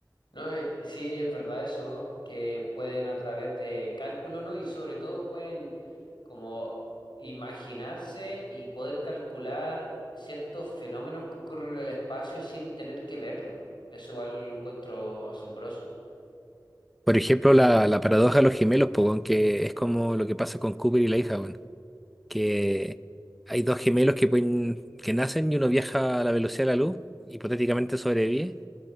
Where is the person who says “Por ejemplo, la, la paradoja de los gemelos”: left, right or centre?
Centre